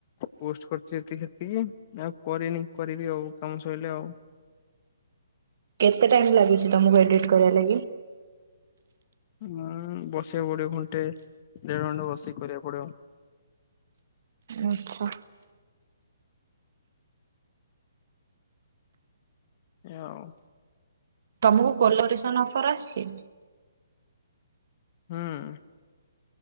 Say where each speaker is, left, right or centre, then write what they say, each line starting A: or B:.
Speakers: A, on the left; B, on the right.
A: ପୋଷ୍ଟ କରିଛି ଏତିକି ସେତିକି ଆଉ କରିନି କରିବି ଆଉ କାମ ସଇଲେ ଆଉ।
B: କେତେ ଟାଇମ ଲାଗୁଛି ତମକୁ ଏଡିଟ କରିବା ଲାଗି?
A: ଉଁ ବସିବାକୁ ପଡିବ ଘଣ୍ଟେ ଦେଢ ଘଣ୍ଟେ ବସିକି କରିବାକୁ ପଡିବ।
B: ଆଛା।
A: ହଉ।
B: ତମକୁ କଲୋରେସନ ଅଫର ଆସିଛି?
A: ହଁ।